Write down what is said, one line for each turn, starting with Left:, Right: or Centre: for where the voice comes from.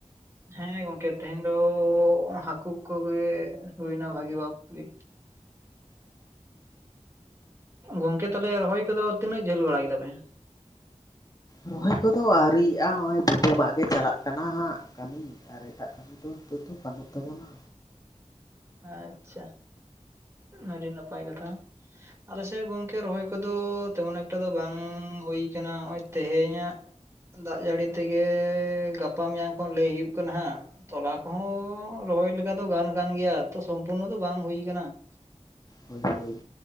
Right: ᱦᱮᱸ ᱜᱚᱝᱠᱮ ᱛᱮᱦᱮᱧ ᱫᱚ ᱦᱟᱹᱠᱩ ᱠᱚᱜᱮ ᱦᱩᱭᱮᱱᱟ ᱵᱷᱟᱹᱜᱤ ᱵᱷᱟᱵ ᱜᱮ᱾ ᱜᱚᱝᱠᱮ ᱛᱟᱞᱦᱮ ᱨᱚᱦᱚᱭ ᱠᱚᱫᱚ ᱛᱤᱱᱟᱹᱜ ᱡᱷᱟᱹᱞ ᱵᱟᱲᱟ ᱠᱮᱫᱟᱯᱮ?
Left: ᱨᱚᱦᱚᱭ ᱠᱚ ᱟᱹᱣᱨᱤᱭᱮᱜᱼᱟ ᱦᱚᱸᱜᱼᱚᱭ ᱵᱷᱤᱛᱟᱹᱢᱟᱜ ᱜᱮ ᱪᱟᱞᱟᱜ ᱠᱟᱱᱟ ᱦᱟᱸᱜ ᱠᱟᱹᱢᱤ᱾ ᱟᱨ ᱮᱴᱟᱜ ᱠᱟᱹᱢᱤ ᱫᱚ ᱱᱤᱛᱚᱜ ᱫᱚ ᱵᱟᱹᱱᱩᱜ ᱛᱟᱵᱚᱱᱟ᱾
Right: ᱟᱪᱪᱷᱟ ᱟᱹᱰᱤ ᱱᱟᱯᱟᱭ ᱠᱟᱛᱷᱟ᱾ ᱟᱞᱮᱥᱮᱫ ᱜᱚᱝᱠᱮ ᱨᱚᱦᱚᱭ ᱠᱚᱫᱚ ᱛᱮᱢᱚᱱ ᱮᱠᱴᱟ ᱫᱚ ᱵᱟᱝ ᱦᱩᱭ ᱠᱟᱱᱟ ᱦᱚᱸᱜᱼᱚᱭ ᱛᱮᱦᱮᱧᱟᱜ ᱫᱟᱜ ᱡᱟᱹᱲᱤ ᱛᱮᱜᱮ ᱜᱟᱯᱟ ᱢᱮᱭᱟᱝ ᱠᱷᱚᱱ ᱞᱟᱹᱭ ᱦᱩᱭᱩᱜ ᱠᱟᱱᱟ ᱦᱟᱸᱜ ᱛᱚᱞᱟ ᱠᱚᱦᱚᱸ ᱨᱚᱦᱚᱭ ᱞᱮᱠᱟ ᱫᱚ ᱜᱟᱱ ᱠᱟᱱ ᱜᱮᱭᱟ, ᱛᱚ ᱥᱚᱢᱯᱩᱨᱱᱚ ᱫᱚ ᱵᱟᱝ ᱦᱩᱭ ᱠᱟᱱᱟ ᱾
Left: ᱦᱳᱭ ᱦᱳᱭ